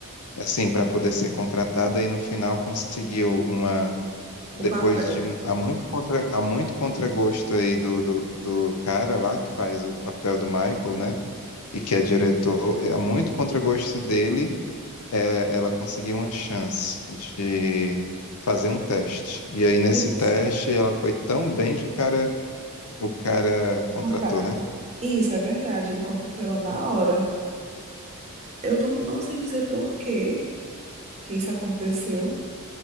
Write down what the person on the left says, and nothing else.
assim para poder ser contratada e no final conseguiu uma depois
de mu- há muito contra há muito contragosto aí do, do, do cara lá que faz o papel do Michael, né? E que é diretor, há muito contragosto dele ela conseguiu uma chance de fazer um teste. E aí nesse
teste ela foi tão bem que o cara, o cara contratou,
né?